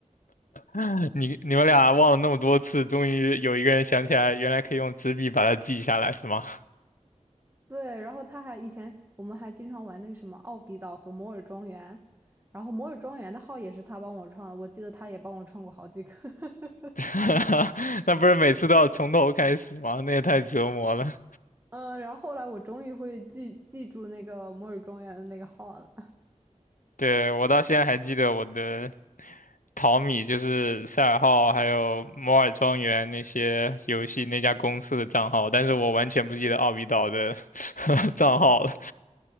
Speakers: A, on the left (about 85°); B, on the right (about 20°).
A: <laughs> 你你们俩忘了那么多次，终于有一个人想起来，原来可以用纸笔把它记下来，是吗？
B: 对，然后他还以前我们还经常玩那个什么奥比岛和摩尔庄园，然后摩尔庄园的号也是他帮我创的，我记得他也帮我创过好几个。<laughs>
A: <laughs> 那不是每次都要从头开始吗？那也太折磨了。
B: 嗯，然后后来我终于会记记住那个摩尔庄园的那个号了。
A: 对，我到现在还记得我的淘米，就是赛尔号还有摩尔庄园那些游戏那家公司的账号，但是我完全不记得奥比岛的 <laughs> 账号了。